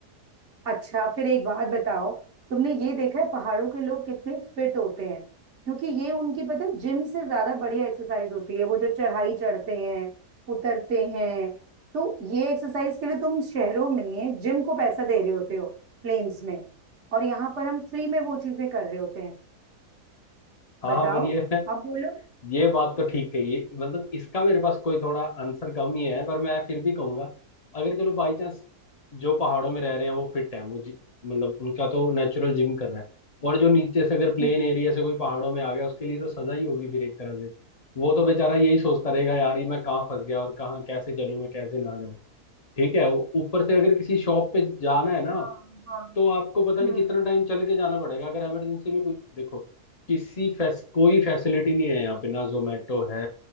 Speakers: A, on the right; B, on the left.
A: अच्छा फिर एक बात बताओ तुमने ये देखा है पहाड़ों के लोग कितने फिट होते हैं क्योंकि ये उनकी पता है जिम से ज्यादा बढ़िया एक्सरसाइज होती है वो जब चढ़ाई चढ़ते हैं उतरते हैं तो ये एक्सरसाइज के लिए तुम शहरों में जिम को पैसा दे रहे होते हो प्लेन्स में और यहाँ पर हम फ्री में वो चीजें कर रहे होते हैं
B: हाँ
A: बताओ
B: हाँ पर ये <laughs>
A: अब बोलो
B: ये बात तो ठीक कही है। मतलब इसका मेरे पास कोई थोड़ा आंसर कम ही है पर मैं फिर भी कहूंगा अगर चलो बाई चांस जो पहाड़ों में रह रहे हैं वो फिट हैं वो जि- मतलब उनका तो नेचुरल जिम कर रहा है और जो नीचे से अगर प्लेन
A: हम्म,
B: एरिया से कोई पहाड़ों में आ गया उसके लिए तो सजा ही होगी फिर एक तरह से वो तो बेचारा यही सोचता रहेगा यार ये मैं कहाँ फंस गया और कहाँ कैसे चलूं मैं कैसे ना जाऊं ठीक है ऊपर से अगर किसी शॉप पे जाना है ना
A: हाँ हाँ
B: तो आपको पता नहीं
A: हम्म
B: कितना टाइम चल के जाना पड़ेगा अगर इमरजेंसी में कोई देखो किसी फैस, कोई फैसिलिटी नहीं है यहाँ पे ना जोमेटो है